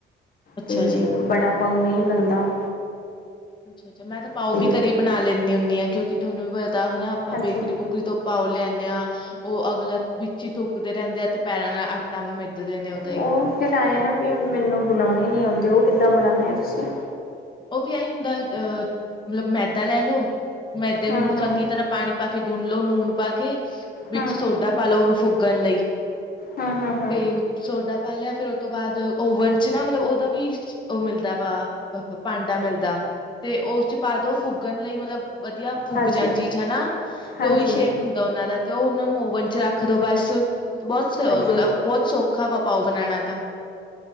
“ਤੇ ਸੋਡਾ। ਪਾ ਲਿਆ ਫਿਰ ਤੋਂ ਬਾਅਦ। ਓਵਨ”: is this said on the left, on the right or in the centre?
Left